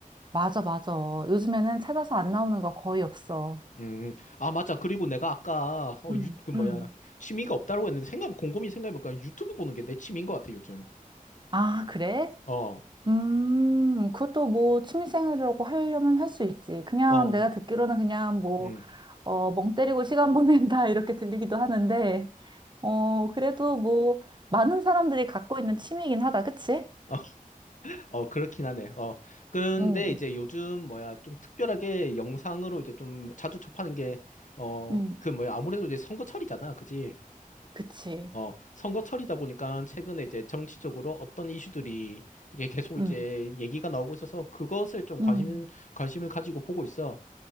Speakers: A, on the right; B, on the left.
A: 맞아, 맞아. 요즘에는 찾아서 안 나오는 거 거의 없어.
B: 음, 아, 맞아. 그리고 내가 아까, 어,
A: 음,
B: 유, 그 뭐야,
A: 음.
B: 취미가 없다고 했는데, 생각, 곰곰이 생각해보니까 유튜브 보는 게 내 취미인 것 같아, 요즘.
A: 아, 그래?
B: 어,
A: 음, 그것도 뭐 취미생활이라고 하려면 할 수 있지. 그냥
B: 어,
A: 내가 듣기로는 그냥 뭐,
B: 음.
A: 어, 멍 때리고 시간 보낸다 <laughs> 이렇게 들리기도 하는데, 어, 그래도 뭐, 많은 사람들이 갖고 있는 취미이긴 하다. 그치?
B: <laughs> 어, 그렇긴 하네. 어. 근데
A: 응
B: 이제 요즘 뭐야, 좀 특별하게 영상으로 이제 좀 자주 접하는 게, 어,
A: 응
B: 그 뭐야, 아무래도 이제 선거철이잖아. 그지?
A: 그치.
B: 어, 선거철이다 보니까 최근에 이제 정치적으로 어떤 이슈들이 이게 계속
A: 응
B: 이제 얘기가 나오고 있어서 그것을 좀 관심,
A: 음.
B: 관심을 가지고 보고 있어.